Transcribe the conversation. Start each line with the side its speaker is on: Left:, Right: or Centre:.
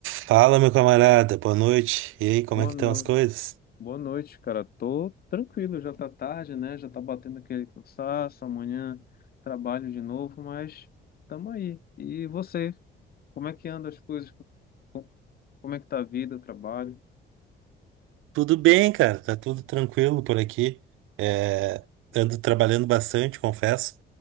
Right: Fala, meu camarada, boa noite. E aí, como
Left: Boa
Right: é que
Left: noite.
Right: estão as coisas?
Left: Boa noite, cara. Tô tranquilo, já tá tarde, né? Já tá batendo aquele cansaço, amanhã trabalho de novo, mas tamo aí. E você, como é que anda as coisas? Co- co- Como é que tá a vida, o trabalho?
Right: Tudo bem, cara, tá tudo tranquilo por aqui. É, ando trabalhando bastante, confesso,